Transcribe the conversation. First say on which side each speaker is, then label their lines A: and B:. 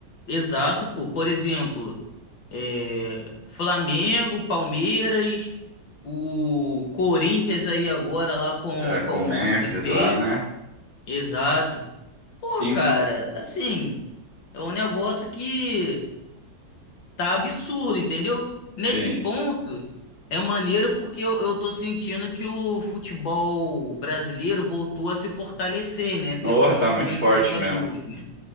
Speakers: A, on the left (about 80°); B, on the left (about 30°).
A: Exato, pô. Por exemplo, é, Flamengo, Palmeiras, o Corinthians aí agora lá com
B: É, com
A: com
B: o Memphis
A: Depay.
B: lá, né?
A: Exato. Pô,
B: Em-
A: cara, assim, é um negócio que tá absurdo, entendeu? Nesse
B: Sim.
A: ponto é maneiro porque eu, eu tô sentindo que o futebol brasileiro voltou a se fortalecer, né? Ter
B: Nossa,
A: com
B: tá muito
A: com esses
B: forte
A: jogadores,
B: mesmo.
A: né?